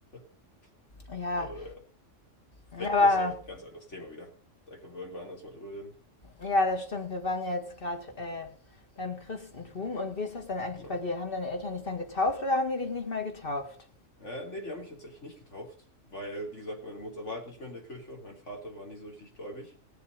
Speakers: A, on the left (about 65°); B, on the left (about 45°).
A: <laughs>
B: Ja,
A: Aber ja,
B: aber
A: das ist ja ein ganz anderes Thema wieder. Da können wir irgendwann anders mal drüber reden.
B: ja, das stimmt. Wir waren ja jetzt gerade äh, beim Christentum. Und wie ist das dann eigentlich
A: Genau.
B: bei dir? Haben deine Eltern dich dann getauft oder haben die dich nicht mal getauft?
A: Äh, nee, die haben mich tatsächlich nicht getauft, weil, wie gesagt, meine Mutter war halt nicht mehr in der Kirche und mein Vater war nie so richtig gläubig.